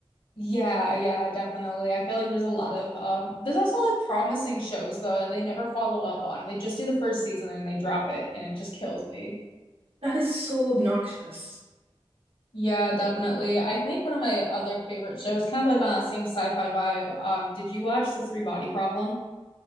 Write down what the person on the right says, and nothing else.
That is so obnoxious.